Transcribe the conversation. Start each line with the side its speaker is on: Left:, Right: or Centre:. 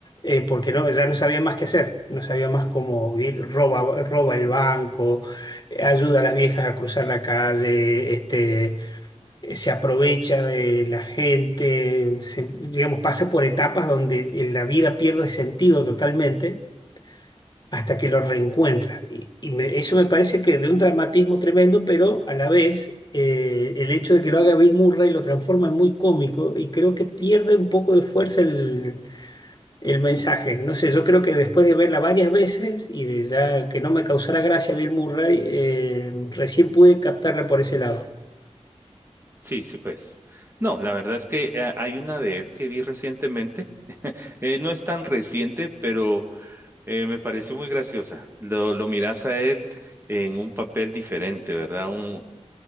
Left: Eh, porque no, ya no sabía más qué hacer, no sabía más cómo ir, roba, roba el banco, eh, ayuda a las viejas a cruzar la calle, este eh, se aprovecha de la gente, se- digamos, pasa por etapas donde eh, la vida pierde sentido totalmente hasta que lo reencuentra. Y, y me- eso me parece que de un dramatismo tremendo, pero a la vez eh, el hecho de que lo haga Bill Murray lo transforma en muy cómico y creo que pierde un poco de fuerza el, el mensaje. No sé, yo creo que después de verla varias veces y de ya que no me causara gracia Bill Murray, eh, recién pude captarla por ese lado.
Right: Sí, sí, pues. No, la verdad es que eh, hay una de él que vi recientemente Eh, no es tan reciente, pero eh, me pareció muy graciosa. Lo, lo miras a él en un papel diferente, ¿verdad? Un,